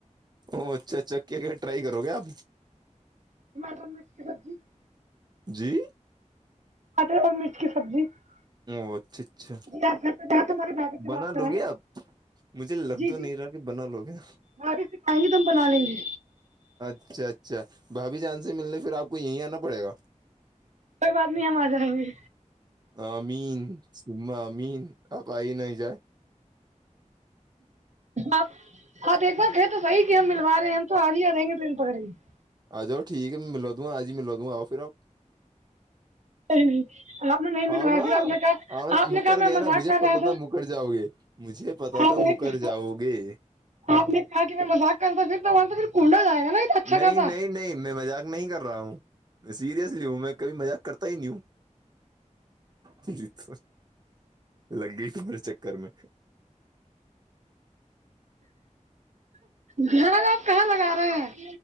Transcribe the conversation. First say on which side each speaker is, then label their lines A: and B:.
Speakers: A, on the right (about 35°); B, on the right (about 65°).
A: او اچھا اچھا کیا کہ ٹرائی کرو گے آپ
B: ٹماٹر مرچ رزی <inaudible>
A: جی
B: اٹر اور مرچ کی سبزی <unintelligible>
A: او اچھا اچھا
B: جی آپ گھر پہ جا تو ہمارے بھابھی سے
A: بنا
B: بات کرائیں
A: لو گے آپ مجھے لگ
B: جی
A: تو
B: جی
A: نہیں رہا کہ بنا لوگے
B: بھابھی سکھائیں گے تو ہم بنا لیں گے
A: اچھا اچھا بھا بھیھی جان سے ملنے پھر آپ کو یہیں آنا پڑے گا
B: کوئی بات نہیں ہم آ جائیں گے
A: ہ مین سم مین آپ ہی نہیں جائے <unintelligible>
B: آپ آپ ایک بار کہ تو صیح کہ ہم ملوا رہے ہیں ہم تو آ رہ ہی آ جائیں گے ٹرین پکڑ کے <unintelligible>
A: آ جؤ ٹھیک ہے ملا دوں آج ہی ملا دوںا آؤ پھر آپ
B: نہیں نہیں آپ نے نہیں ملوایا
A: آؤ نا
B: پھر آپ نے کہا
A: آؤ نا
B: آپ
A: مکر
B: نے کہا میں
A: گئے
B: مذاق
A: نا مجھے
B: کر
A: پتا
B: رہا
A: تھا مکر جاؤ گے مجھے پتا تھا
B: آپ نے
A: مکر
B: کہا
A: جاؤ گے
B: آپ نے کہا کہ میں مذاق کرتا پھر تو وہاں سے پھر کوڑا جائے گ نا تو اچھا
A: نہیں
B: خاصا
A: نہیں نہیں میں مذاق نہیں کر رہ رہا ہوں میں سیریسلی ہوں میں کبھی مزاق کرتا ہی نہیں ہوں تو لگ گئی تمہارے چکر میں
B: دھیان آپ کہاں لگا رہے ہیں <inaudible>